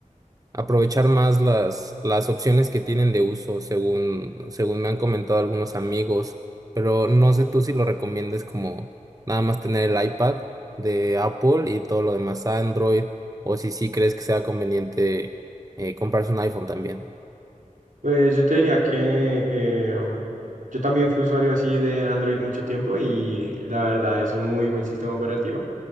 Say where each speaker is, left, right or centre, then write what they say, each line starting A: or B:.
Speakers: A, on the right; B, on the right.
A: aprovechar más las, las opciones que tienen de uso, según, según me han comentado algunos amigos, pero no sé tú si lo recomiendes como nada más tener el iPad de Apple y todo lo demás Android, o si sí crees que sea conveniente eh, comprarse un iPhone también.
B: Pues yo te diría que eh, um, yo también fui usuario así de Android mucho tiempo y la verdad es un muy buen sistema operativo,